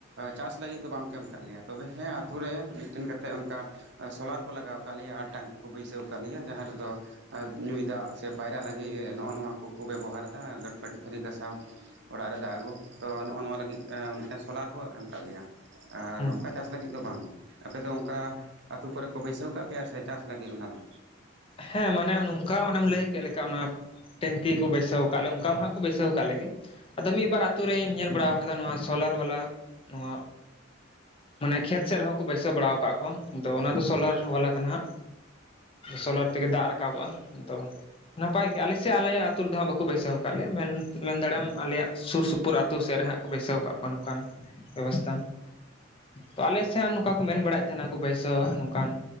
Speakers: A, on the right; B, on the left.
A: ᱪᱟᱥ ᱞᱟᱹᱜᱤᱫ ᱫᱚ ᱵᱟᱝ ᱠᱚᱮ ᱮᱢ ᱟᱠᱟᱟᱜ ᱞᱮᱭᱟ ᱛᱚᱵᱮ ᱦᱮᱸ ᱟᱹᱛᱩ ᱨᱮ ᱢᱤᱫᱴᱮᱱ ᱠᱟᱛᱮᱫ ᱚᱱᱠᱟ ᱥᱳᱞᱟᱨ ᱠᱚ ᱞᱟᱜᱟᱣ ᱟᱠᱟᱫ ᱞᱮᱭᱟ ᱟᱨ ᱴᱟᱝᱠᱤ ᱠᱚ ᱵᱟᱹᱭᱥᱟᱹᱣ ᱟᱠᱟᱫ ᱞᱮᱭᱟ ᱡᱟᱦᱟᱸ ᱨᱮᱫᱚ ᱧᱩᱭ ᱫᱟᱜ ᱥᱮ ᱯᱟᱭᱨᱟ ᱞᱟᱹᱜᱤᱫ ᱱᱚᱜᱼᱚ ᱱᱚᱣᱟ ᱠᱚᱠᱚ ᱵᱮᱵᱚᱦᱟᱨ ᱮᱫᱟ ᱜᱴ ᱵᱟᱹᱴᱤ ᱯᱷᱟᱹᱨᱤ ᱜᱟᱥᱟᱣ ᱚᱲᱟᱜ ᱨᱮ ᱫᱟᱜ ᱟᱹᱜᱩ ᱛᱚ ᱱᱚᱜᱼᱚ ᱱᱚᱣᱟ ᱞᱟᱹᱜᱤᱫ ᱢᱤᱫᱴᱮᱱ ᱥᱳᱞᱟᱨ ᱠᱚ ᱮᱢ ᱟᱠᱟᱫ ᱞᱮᱭᱟ ᱟᱨ
B: ᱦᱩᱸ
A: ᱱᱚᱝᱠᱟ ᱪᱟᱥᱼᱼᱼ ᱪᱟᱥ ᱞᱟᱹᱜᱤᱫ ᱫᱚ ᱵᱟᱝ ᱜᱮ ᱟᱯᱮᱫ ᱫᱚ ᱚᱱᱠᱟ ᱟᱹᱛᱩ ᱠᱚᱨᱮ ᱠᱚ ᱵᱟᱹᱭᱥᱟᱹᱣ ᱠᱜ ᱯᱮᱭᱟ ᱥᱮ ᱪᱟᱥ ᱞᱟᱹᱜᱤᱫ ᱚᱱᱟ ᱫᱚ
B: ᱦᱮᱸ ᱢᱟᱱᱮ ᱱᱚᱝᱠᱟ ᱚᱱᱮᱢ ᱞᱟᱹᱭ ᱠᱮᱫ ᱞᱮᱠᱟ ᱚᱱᱟ ᱴᱮᱝᱠᱤ ᱠᱚ ᱵᱟᱹᱭᱥᱟᱹᱣ ᱟᱠᱟᱫ ᱞᱮ ᱚᱱᱠᱟ ᱢᱟ ᱦᱟᱜ ᱵᱟᱹᱭᱥᱟᱹᱣ ᱟᱠᱟᱫ ᱞᱮ ᱟᱫᱚ ᱢᱤᱫ ᱵᱟᱨ ᱟᱹᱛᱩ ᱨᱮᱧ ᱧᱮᱞ ᱵᱟᱲᱟ ᱟᱠᱟᱫᱟ ᱱᱚᱣᱟ ᱥᱳᱞᱟᱨ ᱵᱟᱞᱟ ᱱᱚᱣᱟ ᱢᱟᱱᱮ ᱠᱷᱮᱛ ᱥᱮᱫ ᱨᱮᱦᱚᱸ ᱠᱚ ᱵᱟᱹᱭᱥᱟᱹᱣ ᱵᱟᱲᱟᱣ ᱠᱟᱫ ᱠᱚᱣᱟ ᱟᱫᱚ ᱚᱱᱟ ᱫᱚ ᱥᱳᱞᱟᱨ ᱵᱟᱞᱟ ᱠᱟᱱᱟ ᱦᱜ ᱥᱳᱞᱟᱨ ᱛᱮᱜᱮ ᱫᱟᱜ ᱨᱟᱠᱟᱵᱚᱜᱼᱟ ᱟᱫᱚ ᱱᱟᱯᱟᱭ ᱜᱮᱭᱟ ᱟᱞᱮᱮᱥ ᱟᱞᱮ ᱟ ᱟᱹᱛᱩ ᱨᱮᱫᱚᱦᱟᱜ ᱵᱟᱠᱚ ᱵᱟᱹᱭᱥᱟᱹᱣ ᱟᱠᱟᱫ ᱞᱮᱭᱟ ᱢᱮᱱ ᱫᱟᱲᱮᱭᱢ ᱟᱞᱮ ᱥᱩᱨ ᱥᱩᱯᱩᱨ ᱟ ᱟᱹᱛᱩ ᱥᱮᱫ ᱨᱮᱦᱟᱸᱜ ᱠᱚ ᱵᱟᱹᱭᱥᱟᱹᱣ ᱟᱠᱟᱫ ᱠᱚᱣᱟ ᱱᱚᱝᱠᱟᱱ ᱵᱮᱵᱚᱥᱛᱷᱟ ᱛᱚ ᱟᱞᱮ ᱥᱮᱱ ᱱᱚᱝᱠᱟ ᱠᱚ ᱢᱮᱱ ᱵᱟᱲᱟᱭᱮᱫ ᱛᱟᱦᱮᱱᱟ ᱠᱚ ᱵᱟᱹᱭᱥᱟᱹᱣᱟ ᱱᱚᱝᱠᱟᱱ